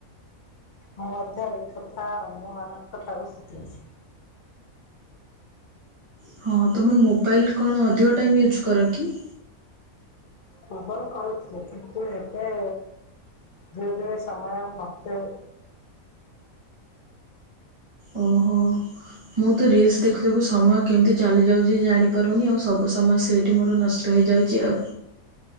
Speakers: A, on the left; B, on the right.
A: ମୁଁ ମଧ୍ୟ ଏଇ କଥା ଅନ୍ୟମାନଙ୍କ ଠାରୁ ଶିଖିଛି।
B: ହଁ ତୁମେ ମୋବାଇଲ୍ କଣ ଅଧିକ ଟାଇମ୍ ୟୁଜ୍ କର କି?
A: ପୂର୍ବରୁ କରୁଥିଲି କିନ୍ତୁ ଏବେ ଧିରେ ଧୀରେ ସମୟ ମତେ
B: ଓହୋ। ମୁଁ ତ ରିଲସ ଦେଖୁିଦେଖୁ ସମୟ କେମିତି ଚାଲି ଯାଉଛି ଜାଣିପାରୁନି ଆଉ ସବୁ ସମୟ ସେଇଠ ଠି ମୋର ନଷ୍ଟ ହେଇଯାଉଛି ଆଉ।